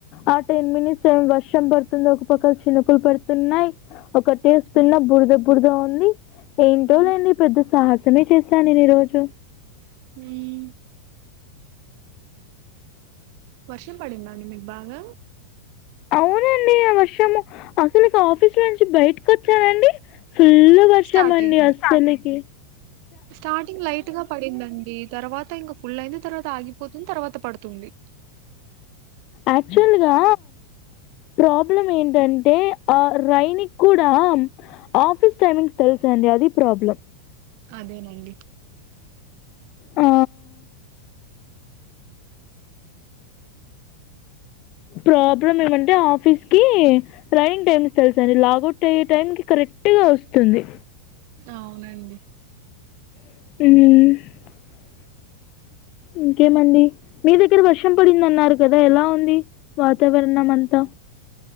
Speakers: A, on the left (about 40°); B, on the right (about 45°).
A: ఆ టెన్ మినిట్స్ ఏం వర్షం పడుతుంది ఒక పక్కల చినుకులు పడుతున్నయ్ ఒకటేస్
B: ఉమ్,
A: కింద బురద బురదగా ఉంది ఏంటో
B: ఉమ్,
A: లేండి సాహసమే చేశా నేను ఈ రోజు
B: ఉమ్ వర్షం పడిందాండి మీకు బాగా
A: అవునండి అ వర్షము అసలింకా ఆఫీస్ నుంచి బయటకొచ్చానండి ఫుళ్ళు వర్షం
B: స్టార్ట్
A: అండి
B: అయింది
A: అసల్కి
B: స్టార్టింగ్ లైట్ గా పడిందండి తర్వాత ఇంక ఫు ఫుళ్ళయింది తర్వాత ఆగిపోతుంది తర్వాత పడుతుంది
A: ఆక్చువల్గా ప్రాబ్లం ఏంటంటే ఆ రైనీ క్కుడా ఆఫీస్ టైమింగ్ తెల్సు అండి అదీ ప్రాబ్లం
B: అదేనండి
A: ఆ ప్రాబ్లమ్ ఏమంటే ఆఫీస్ కి రైన్ టైమింగ్స్ తెలుసండి లాగౌట్ అయ్యే టైం కి కర్ ట్టుగా వస్తుంది
B: అవునండి
A: ఉమ్ ఇంకేమండి మీ దగ్గర వర్షం పడిందన్నారు గదా ఎలా ఉంది వాతావరణమంతా